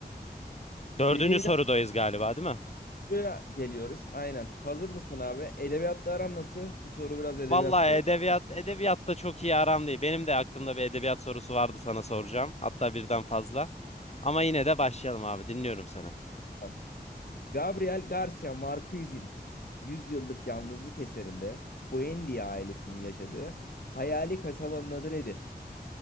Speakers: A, on the left; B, on the left.
A: Dördüncü
B: Seri
A: sorudayız galiba değil mi?
B: Buraya geliyoruz. Aynen. Hazır mısın abi? Edebiyatla aran nasıl? Bu soru biraz edebiyat
A: Vallahi
B: değil.
A: edebiyat edebiyatta çok iyi aram değil. Benim de aklımda bir edebiyat sorusu vardı sana soracağım. Hatta birden fazla. Ama yine de başlayalım abi. Dinliyorum seni.
B: Tamam. Gabriel Garcia Marquez'in 100 yıllık yalnızlık eserinde Buendia ailesinin yaşadığı hayali kasabanın adı nedir?